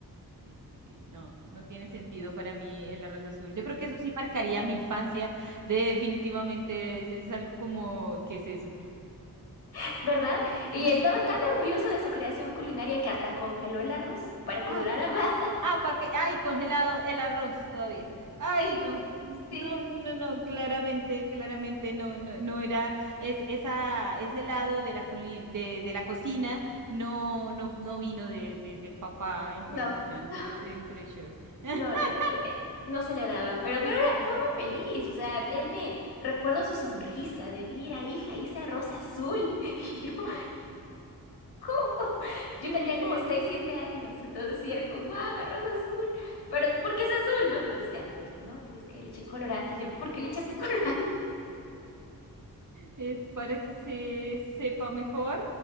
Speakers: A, on the right; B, on the left.
A: Sí, sí, sí, no, no tiene sentido para mí el arroz azul. Yo creo que eso sí marcaría mi infancia, definitivamente, es, es algo como, ¿qué es eso?
B: <laughs> ¿verdad? Y
A: <laughs>
B: estaba tan orgulloso de su creación culinaria que hasta congeló el arroz para que
A: Ah,
B: durara <laughs> más.
A: Ah, para que, ay, congelado el arroz todavía. Ay,
B: Sí,
A: no, no,
B: sí,
A: no, no, no, claramente, claramente no, no, no era, es, esa, ese lado de la culi- de, de la cocina no, no, no vino de, de- del papá en tu
B: no,
A: hermana,
B: no,
A: eso es impresión. <laughs>
B: no, de- de- eh, no se le daba, pero,
A: No
B: pero
A: sé, ¿verdad?
B: era- fue muy feliz, o sea, él me recuerdo su sonrisa de, mira, hija, hice arroz azul.
A: Qué
B: <laughs> <laughs> Yo
A: bien.
B: tenía como seis siete años, entonces sí era como, wow, arroz azul, pero ¿por qué es azul? No, entonces ya me dijo, no, pues es que le eché colorante, Y yo, ¿por qué le echaste <laughs> colorante?
A: Es para que se sepa mejor,